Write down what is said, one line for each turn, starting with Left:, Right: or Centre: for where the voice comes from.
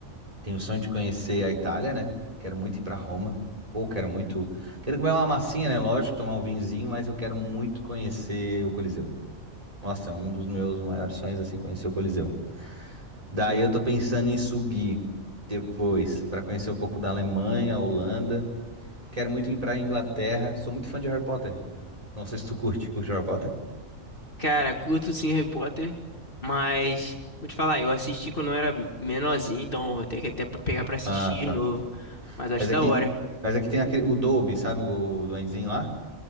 Right: Tenho sonho de conhecer a Itália, né? Quero muito ir pra Roma. Pô, quero muito. Quero comer uma massinha, né? Lógico, tomar um vinzinho, mas eu quero muito conhecer o Coliseu. Nossa, é um dos meus maiores sonhos, assim, conhecer o Coliseu. Daí eu tô pensando em subir depois pra conhecer um pouco da Alemanha, Holanda. Quero muito ir pra Inglaterra. Sou muito fã de Harry Potter. Não sei se tu curte. Curte Harry Potter?
Left: Cara, curto sim Harry Potter, mas vou te falar, eu assisti quando eu era menorzinho, então eu tenho que até pra- pegar pra assistir
Right: Ah,
Left: de
Right: tá.
Left: novo. Mas acho
Right: Mas aqui,
Left: da hora.
Right: mas aqui tem aquele, o Dobby, sabe? O duendezinho lá.